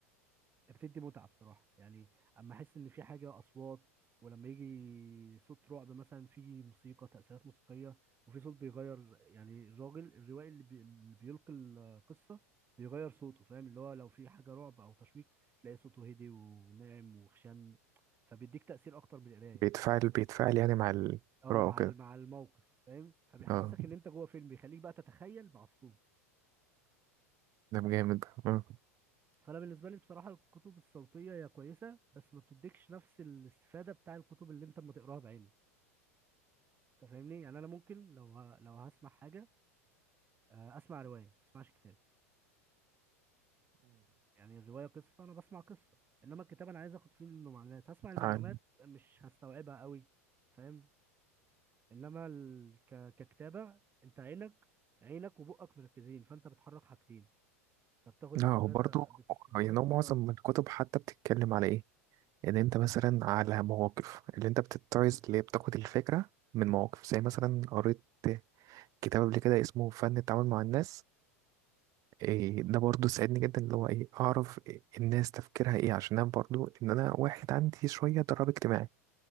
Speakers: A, on the right; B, on the right.
A: بتدي متعة بصراحة يعني اما احس ان في حاجة اصوات ولما يجي صوت رعب مثلا في موسيقى تأثيرات موسيقية وفي صوت بيغير يعني الراجل الروائي اللي, بي... اللي بيلقي القصة بيغير صوته فاهم اللي هو لو في حاجة رعب او تشويق تلاقي صوته هدي وناعم وخشن فبيديك تأثير اكتر من القراية
B: بيتفاعل بيتفاعل يعني مع القراءة
A: اه مع
B: وكده
A: ال- مع الموقف فاهم فبيحسسك
B: اه
A: ان انت جوه فيلم بيخليك بقى تتخيل مع الصوت
B: ده جامد اه
A: فانا بالنسبه لي بصراحه الكتب الصوتيه هي كويسه بس ما بتديكش نفس الاستفاده بتاع الكتب اللي انت اما تقراها بعينك انت فاهمني يعني انا ممكن لو ه... لو هسمع حاجه آه، اسمع روايه ما اسمعش كتاب يعني الروايه قصه انا بسمع قصه انما الكتاب انا عايز اخد فيه منه معلومات هسمع المعلومات
B: أمم.
A: مش هستوعبها قوي فاهم انما ال... ك... ككتابه انت عينك عينك وبقك مركزين فانت بتحرك حاجتين فبتاخد
B: لا
A: استفاده
B: هو برضه
A: بتست... بتاخد
B: يعني
A: استفاده
B: هو معظم
A: اكتر
B: الكتب حتى بتتكلم على ايه ان انت مثلا على مواقف اللي انت بتتعظ اللي هي بتاخد الفكرة من مواقف زي مثلا قريت كتاب قبل كده اسمه فن التعامل مع الناس إيه ده برضه ساعدني جدا اللي هو ايه اعرف إيه الناس تفكيرها ايه عشان انا برضه ان انا واحد عندي شوية ضرر اجتماعي